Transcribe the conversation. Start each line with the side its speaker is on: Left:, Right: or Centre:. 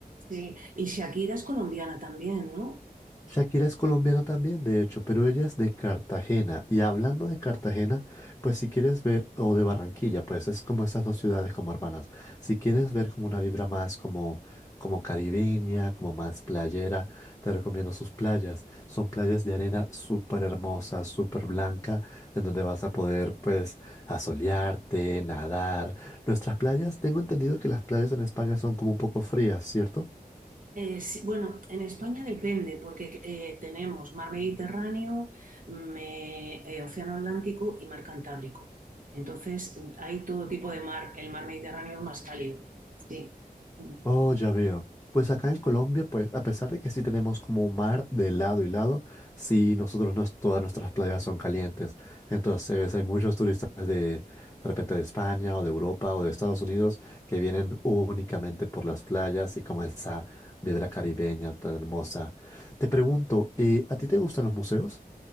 Right: sí. Y Shakira es colombiana también, ¿no?
Left: Shakira es colombiana también, de hecho, pero ella es de Cartagena. Y hablando de Cartagena, pues si quieres ver, o de Barranquilla, pues es como esas dos ciudades como hermanas. Si quieres ver como una vibra más como, como caribeña, como más playera, te recomiendo sus playas. Son playas de arena súper hermosa, súper blanca, en donde vas a poder pues asolearte, nadar. Nuestras playas, tengo entendido que las playas en España son como un poco frías, ¿cierto?
Right: Eh, sí, bueno, en España depende, porque eh, tenemos mar Mediterráneo, mm, eh, eh, Océano Atlántico y mar Cantábrico. Entonces, mm, hay todo tipo de mar. El mar Mediterráneo es más cálido. Sí, Mm,
Left: Oh, ya veo. Pues acá en Colombia, pues a pesar de que sí tenemos como mar de lado y lado, sí nosotros no, todas nuestras playas son calientes. Entonces hay muchos turistas de, de repente de España o de Europa o de Estados Unidos que vienen únicamente por las playas y como esa vibra caribeña tan hermosa. Te pregunto, eh, ¿a ti te gustan los museos?